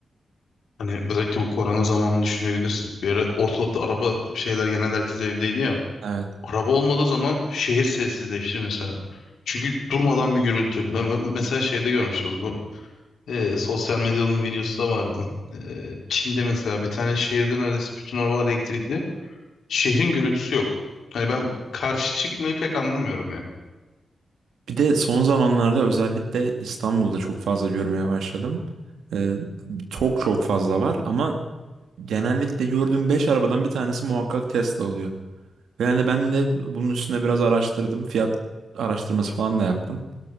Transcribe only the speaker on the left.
Hani özellikle bu korona zamanını düşünebilirsin. Bir ara ortalıkta araba şeyler genel herkes evdeydi ya.
Araba olmadığı zaman şehir sessizleşti mesela. Çünkü durmadan bir gürültü. Ben ben mesela şeyde görmüştüm onu, bu. e, sosyal medyanın videosu da vardı. E, Çin'de mesela bir tane şehirde neredeyse bütün arabalar elektrikli. Şehrin gürültüsü yok. Hani ben karşı çıkmayı pek anlamıyorum ya.